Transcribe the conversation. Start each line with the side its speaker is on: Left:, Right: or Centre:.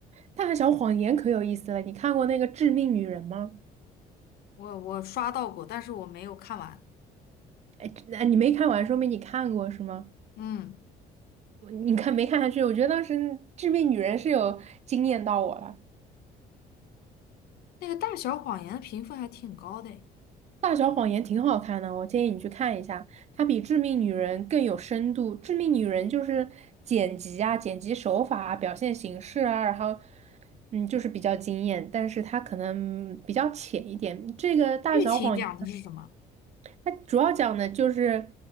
Right: 《大小谎言》可有意思了，你看过那个《致命女人》吗？
Left: 我我刷到过，但是我没有看完。
Right: 哎，那你没看完，说明你看过是吗？
Left: 嗯，
Right: 我你看没看下去？我觉得当时《致命女人》是有惊艳到我了，
Left: 那个《大小谎言》的评分还挺高的诶。
Right: 《大小谎言》挺好看的，我建议你去看一下，它比《致命女人》更有深度。《致命女人》就是剪辑啊、剪辑手法啊、表现形式啊，然后嗯，就是比较惊艳，但是它可能比较浅一点。这个《大小谎言》
Left: 剧情讲的是什么？
Right: 它主要讲的就是